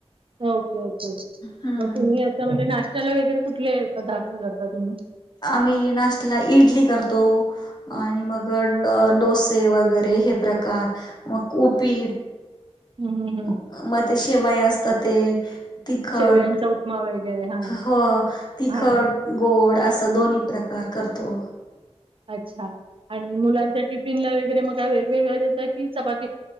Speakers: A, on the right (about 55°); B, on the left (about 40°).
A: ओके ओके मंग
B: हम्म
A: तुम्हीं असं म्हणजे नाश्त्यांला वगैरें कुठंले पदार्थ करतां तुम्हीं
B: आम्हीं नाश्त्यांला इंडली करतों आणि मंग डोसे वगैरें हे प्रकार मंग कूंपी
A: हम्मं हम्मं हंम
B: मंग ते शिवांया असतांत ते तिखंट
A: शेवयांचा उपमा वगैरे हां,
B: हो तिखंट
A: हां हां.
B: गोंड असं दोन्हीं प्रकार करतों
A: अच्छा आणि मुलांच्या टिफिनला वगैरें मंग कायं वेगवेगळ्यां देतां की चपांती